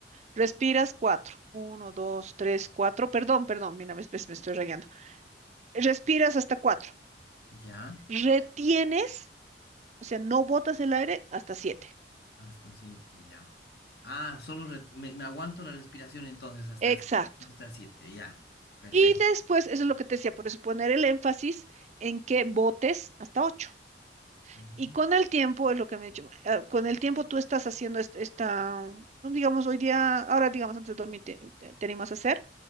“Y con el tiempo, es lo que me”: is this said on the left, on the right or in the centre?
Right